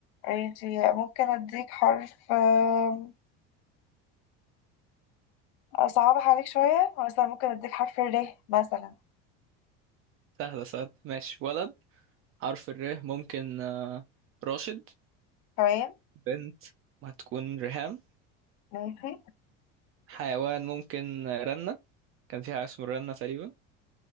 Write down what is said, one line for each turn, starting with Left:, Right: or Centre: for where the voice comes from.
Left: ماشي ممكن أديك حرف آه، أصعبها عليك شوية مثلا ممكن أديك حرف الر مثلا
Right: سهلة سهلة ماشي ولد حرف الر ممكن آه، راشد
Left: تمام
Right: بنت هتكون ريهام
Left: ماشي
Right: حيوان ممكن آه، رنة كان فيها اسمه رنا تقريبا